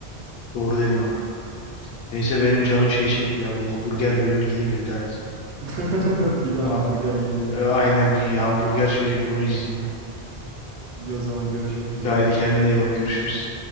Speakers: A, on the left; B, on the right.
A: Doğru dedim ona. Neyse benim canım şey çekti ya. Bu hamburger bölümüne gideyim de bir daha izleyeyim.
B: <laughs> Bir de hamburger
A: Ah,
B: yiyelim hocam.
A: e, aynen bir hamburger söyleyip onu izleyeyim ben.
B: İyi o zaman görüşmek üzere.
A: Haydi kendine iyi bak. Görüşürüz.